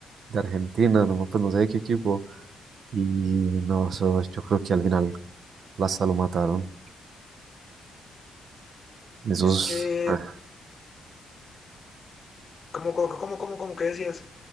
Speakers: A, on the right (about 65°); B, on the left (about 40°).
A: de Argentina, no, pues no sé de qué equipo. Y no, eso yo creo que al final hasta lo mataron. Esos,
B: Es que,
A: <laughs>
B: ¿cómo, cómo, cómo, cómo, cómo que decías?